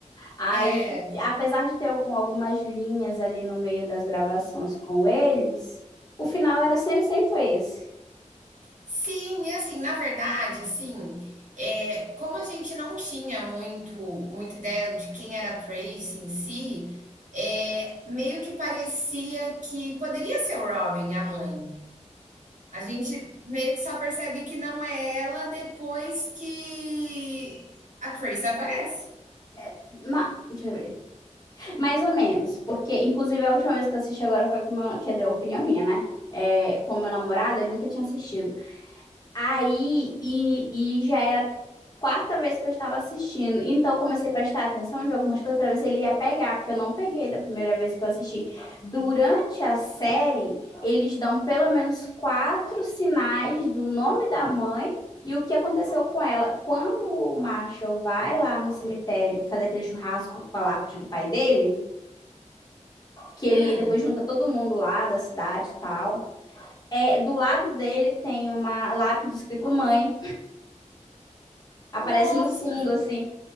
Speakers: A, on the left; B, on the right.
A: Aí,
B: É,
A: apesar de ter algum- algumas linhas ali no meio das gravações com eles, o final era sempre, sempre foi esse.
B: Sim, e assim, na verdade, assim, eh, como a gente não tinha muito muita ideia de quem era a Tracy em si, eh, meio que parecia que poderia ser o Robin, a mãe. A gente meio que só percebe que não é ela depois que a Tracy aparece.
A: É, ma- deixa eu ver. Mais ou menos, porque inclusive a última vez que eu assisti agora foi com o meu, quer dizer, opinião minha, né? É, com o meu namorado, ele nunca tinha assistido. Aí, e, e já era a quarta vez que eu estava assistindo. Então, eu comecei a prestar atenção de algumas coisas para ver se ele ia pegar, porque eu não peguei da primeira vez que eu assisti. Durante a série, eles dão pelo menos quatro sinais do nome da mãe e o que aconteceu com ela. Quando o Marshall vai lá no cemitério fazer aquele churrasco com a lápide do pai dele, que ele
B: Hum,
A: depois junta todo mundo lá da cidade e tal. É, do lado dele tem uma lápide escrito mãe. Aparece
B: nossa,
A: no fundo, assim.